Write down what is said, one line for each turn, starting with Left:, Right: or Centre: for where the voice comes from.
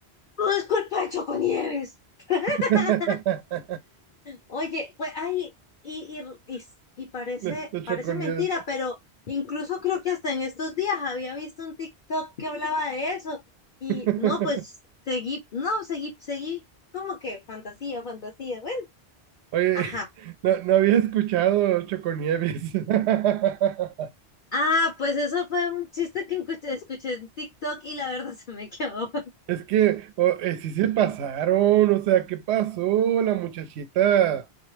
Left: todo es culpa de Choconieves. <laughs>
Right: <laughs>
Left: Oye, pues ay, y, y, y, s- y parece,
Right: Le, le Choconieves.
Left: parece mentira, pero incluso creo que hasta en estos días había visto un TikTok que hablaba de eso. Y
Right: <laughs>
Left: no, pues seguí, no, seguí, seguí, como que fantasía, fantasía, bueno,
Right: Oye,
Left: ajá.
Right: no, no había escuchado Choconieves. <laughs>
Left: Ah, pues eso fue un chiste que escuché, escuché en TikTok y la verdad <laughs> se me quedó. <laughs>
Right: Es que o- eh, sí se pasaron, o sea, ¿qué pasó? La muchachita.